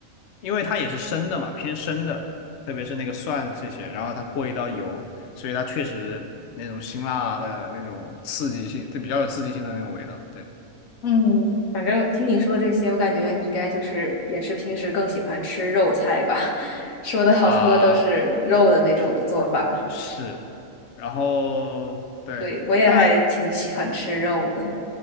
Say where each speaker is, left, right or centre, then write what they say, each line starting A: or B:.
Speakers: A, on the left; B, on the left.
A: 因为它也是生的嘛，偏生的，特别是那个蒜这些，然后它过一道油，所以它确实那种辛辣的那种刺激性，它比较有刺激性的那种味道，对
B: 嗯，反正听你说这些，我感觉你应该就是也是平时更喜欢吃肉菜吧？<laughs> 说的好多都是肉的那种做法，
A: 啊，是的，然后对。
B: 对，我也还挺喜欢吃肉的。
A: 但。